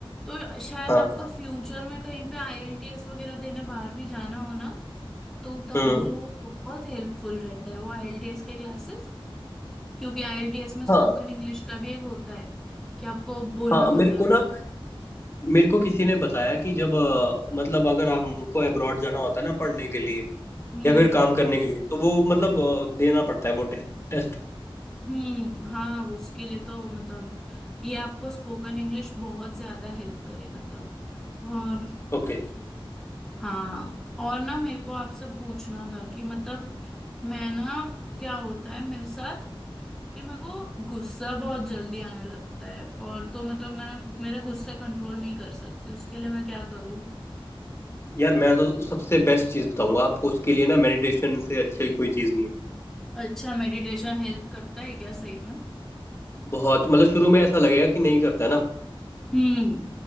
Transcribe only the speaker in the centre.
तो शायद
आपको फ्यूचर में कहीं पे आईएलटीएस वगैरह देने बाहर भी जाना हो ना तो तब
वो बहुत हेल्पफुल रहता है वो आईएलटीएस के क्लासेस क्योंकि आईएलटीएस में स्पोकन
इंग्लिश का भी एक होता है कि आपको बोलना
होता है
वो
हम्म
हम्म हाँ उसके लिए तो मतलब ये आपको स्पोकन इंग्लिश बहुत ज्यादा हेल्प करेगा तब और
हाँ और ना मेरे को आपसे पूछना था कि मतलब मैं ना क्या होता है मेरे साथ कि मेरे को गुस्सा बहुत जल्दी आने लगता है और तो मतलब मैं मेरा गुस्सा कंट्रोल नहीं कर सकती उसके लिए मैं क्या करूँ
अच्छा मेडिटेशन हेल्प करता है क्या सही में
हम्म